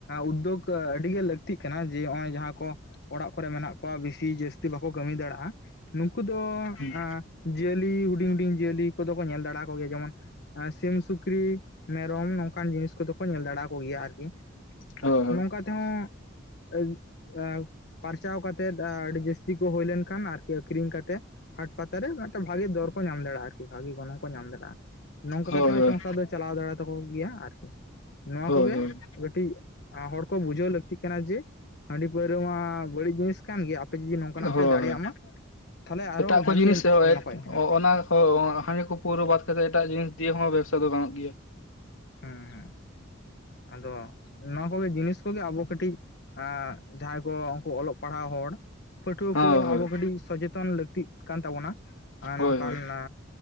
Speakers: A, on the left; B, on the left.
A: ᱩᱫᱳᱜ ᱟᱹᱰᱤ ᱜᱮ ᱞᱟᱹᱠ ᱞᱟᱠᱛᱤᱜ ᱠᱟᱱᱟ ᱡᱮ ᱱᱚᱜ ᱚᱚᱭ ᱡᱟᱦᱟᱸ ᱠᱚ ᱚᱲᱟᱜ ᱠᱚᱨᱮ ᱢᱮᱱᱟᱜ ᱠᱚᱣᱟ ᱵᱮᱥᱤ ᱡᱟᱹᱥᱛᱤ ᱵᱟᱠᱚ ᱠᱟᱹᱢᱤ ᱫᱟᱲᱮᱭᱟᱜᱼᱟ᱾ ᱱᱩᱝᱠᱩ ᱫᱚ
B: ᱦᱩᱸ
A: ᱟ ᱡᱤᱭᱟᱹᱞᱤ ᱦᱩᱰᱤᱝ ᱦᱩᱰᱤᱝ ᱡᱤᱭᱟᱹᱞᱤ ᱠᱚᱫᱚ ᱠᱚ ᱧᱮᱞ ᱫᱟᱲᱮᱭᱟ ᱠᱚᱜᱮᱭᱟ ᱡᱮᱢᱚᱱ ᱥᱤᱢ, ᱥᱩᱠᱨᱤ ᱢᱮᱨᱚᱢ ᱱᱚᱝᱠᱟᱱ ᱡᱤᱱ ᱠᱚᱫᱚ ᱠᱚ ᱧᱮᱞ ᱫᱟᱲᱮᱭᱟ ᱠᱚᱜᱮᱭᱟ ᱟᱨᱠᱤ
B: ᱦᱩᱸ ᱦᱳᱭ
A: ᱱᱚᱝᱠᱟ ᱛᱮᱦᱚᱸ ᱯᱟᱨᱪᱟᱣ ᱠᱟ ᱠᱟᱛᱮᱫ ᱟᱹᱰᱤ ᱡᱟᱹᱥᱛᱤ ᱠᱚ ᱦᱳᱭ ᱞᱮᱱᱠᱷᱟᱱ ᱟᱨᱠᱤ ᱟᱠᱷᱨᱤᱧ ᱠᱟᱛᱮᱫ ᱦᱟᱴ ᱯᱟᱛᱟᱨᱮ ᱢᱤᱫᱴᱮᱱ ᱵᱷᱟᱜᱤ ᱫᱚᱨ ᱠᱚ ᱧᱟᱢ ᱫᱟᱲᱮᱭᱟᱜᱼᱟ, ᱟᱨᱠᱤ ᱵᱷᱟᱜᱤ ᱜᱚᱱᱚᱝ ᱠᱚ ᱧᱟᱢ ᱫᱟᱲᱮᱭᱟᱜᱼᱟ᱾ ᱱᱚᱝᱠᱟ
B: ᱦᱳᱭ
A: ᱠᱟᱛᱮᱜ ᱦᱚᱸ
B: ᱦᱳᱭ
A: ᱥᱚᱝᱥᱟᱨ ᱫᱚ ᱪᱟᱞᱟᱣ ᱫᱟᱲᱮ ᱛᱟᱠᱚ ᱜᱤᱭᱟ ᱟᱨᱠᱤ᱾ ᱱᱚᱣᱟ
B: ᱦᱳᱭ ᱦᱳᱭ
A: ᱠᱚᱜᱮ
B: ᱦᱳᱭ
A: ᱠᱟᱹᱴᱤᱡ, ᱦᱚᱲ ᱠᱚ ᱵᱩᱡᱷᱟᱹᱣ ᱞᱟᱹᱠᱛᱤᱜ ᱠᱟᱱᱟ ᱡᱮ ᱦᱟᱺᱰᱤ ᱯᱟᱹᱣᱨᱟᱹ ᱢᱟ ᱵᱟᱹᱲᱤᱡ ᱡᱤᱱᱤᱥ ᱠᱟᱱ ᱜᱮ ᱟᱯᱮ ᱡᱩᱫᱤ ᱱᱚᱝᱠᱟᱱᱟᱜ
B: ᱦᱳᱭ
A: ᱯᱮ ᱫᱟᱲᱮᱭᱟᱜ
B: ᱦᱳᱭ
A: ᱢᱟ᱾ ᱛᱟᱦᱚᱞᱮ ᱟᱨᱦᱚᱸ
B: ᱮᱴᱟᱜ ᱠᱚ
A: ᱵᱷᱟᱜᱮ
B: ᱡᱤᱱᱤᱥ
A: ᱱᱟᱯᱟᱭᱚᱜᱼᱟ ᱦᱮᱸ
B: ᱚ-ᱚᱱᱟ ᱦᱳ ᱦᱟᱺᱰᱤ ᱠᱚ ᱯᱟᱹᱨᱣᱟᱹ ᱵᱟᱫ ᱠᱟᱛᱮᱫ ᱮᱴᱟᱜ ᱡᱤᱱᱤᱥ ᱫᱤᱭᱮ ᱦᱚᱸ ᱵᱮᱵᱥᱟ ᱫᱚ ᱜᱟᱱᱚᱜ ᱜᱮᱭᱟ᱾
A: ᱦᱮᱸ ᱦᱮᱸ ᱟᱫᱚ ᱱᱚᱣᱟ ᱠᱚᱜᱮ ᱡᱤᱱᱤᱥ ᱠᱚᱜᱮ ᱟᱵᱚ ᱠᱟᱹᱴᱤᱡ ᱟ ᱡᱟᱦᱟᱸᱭ ᱠᱚ ᱩᱝᱠᱩ ᱚᱞᱚᱜ ᱯᱟᱲᱦᱟᱣ ᱦᱚᱲ ᱯᱟᱹᱴᱷᱩᱣᱟᱹ
B: ᱦᱳᱭ ᱦᱳᱭ
A: ᱠᱚ ᱟᱵᱚ ᱠᱟᱹᱴᱤᱡ ᱥᱚᱪᱮᱛᱚᱱ ᱞᱟᱹᱠ ᱛᱤᱜ ᱠᱟᱱ ᱛᱟᱵᱚᱱᱟ ᱟᱨ
B: ᱦᱳᱭ
A: ᱱᱚᱝᱠᱟᱱ
B: ᱦᱳᱭ
A: ᱟ